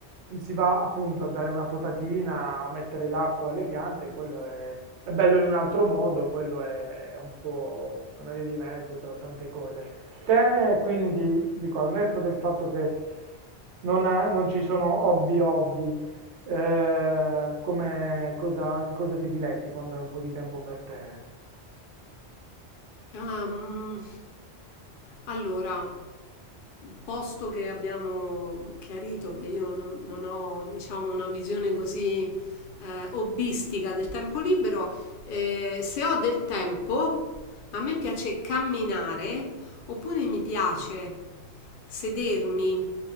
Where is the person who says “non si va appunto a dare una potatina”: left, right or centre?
Right